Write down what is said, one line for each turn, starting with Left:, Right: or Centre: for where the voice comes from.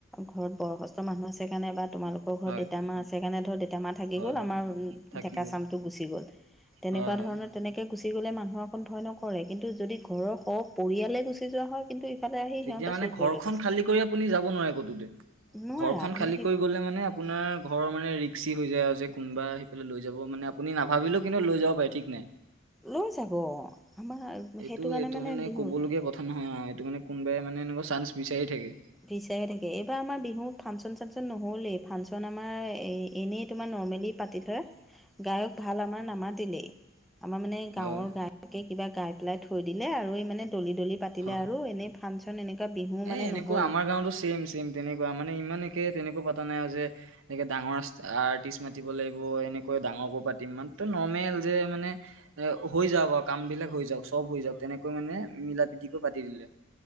Centre: ঘৰত বয়সস্থ মানুহ আছে কাৰণে বা তোমাৰ মোৰ ঘৰত
Right: হয়
Centre: দেউতা‌ মা আছে কাৰণে ধৰ দেউতা মা থাকি
Right: হয়
Centre: গ'ল
Right: হয়
Centre: আমাৰ
Right: থাকি
Centre: ডেকা
Right: গ'ল
Centre: চাম টো গুচি গ'ল তেনেকুৱা
Right: হয় হয়
Centre: ধৰণৰ তেনেকৈ গুচি গ'লে মানুহ অকণ ভয় নকৰে কিন্তু যদি ঘৰৰ স পৰিয়ালে গুচি যোৱা হয়, কিন্তু ইফালে আহি
Right: তেতিয়া
Centre: সিহঁতে
Right: মানে
Centre: চুৰ
Right: ঘৰখন
Centre: কৰি লৈ গৈছে
Right: খালী কৰি আপুনি যাব নোৱাৰে কতোতে
Centre: নোৱাৰা
Right: ঘৰখন
Centre: তুমি
Right: খালী
Centre: সেই
Right: কৰি গ'লে মানে আপোনাৰ ঘৰ মানে ৰিক্সি হৈ যায় যে কোনোবা সেইফালে লৈ যাব মানে আপুনি নাভাবিলেও কিন্তু লৈ যাব পাৰে। ঠিক আনে <unintelligible>
Centre: লৈ যাব আমাৰ সেইটো
Right: এইটো
Centre: কাৰণে
Right: এইটো
Centre: মানে বিহুত
Right: ক'বলগীয়া কথা নহয় এইটো মানে কোনবাই মানে এনেকুৱা চান্স বিচাৰি থাকে।
Centre: বিচাৰি থাকে এইবাৰ আমাৰ বিহুত ফাংচন চাংচন নহ'লেই ফাংচন আমাৰ এ এনেই তোমাৰ নৰ্মেলি পাতে ধৰা
Right: <unintelligible> <inaudible>
Centre: গায়ক ভাল আমাৰ নামাতিলেই, আমাৰ মানে
Right: হয়
Centre: গাঁৱৰ তাকে কিবা গাই পেলাই থৈ দিলে আৰু এই মানে দলি দলি পাতিলে
Right: হয়
Centre: আৰু এনেই ফাংচন এনেকুৱা বিহু
Right: এ
Centre: মানে
Right: এনেকুৱা
Centre: নহ'ল
Right: আমাৰ গাঁওতো ছেম ছেম তেনেকুৱা মানে ইমান একে তেনেকুৱা পাতা নাই আৰু যে এনেকে ডাঙৰ আৰ্টিষ্ট মাতিব লাগিব, এনেকৈ ডাঙৰকো পাতিম মাত্ৰ নৰ্মেল যে মানে এ হৈ যাওক আৰু কাম বিলাক হৈ যাওক চব হৈ যাওক তেনেকৈ মানে মিলা প্ৰীতিকৈ পাতি দিলে।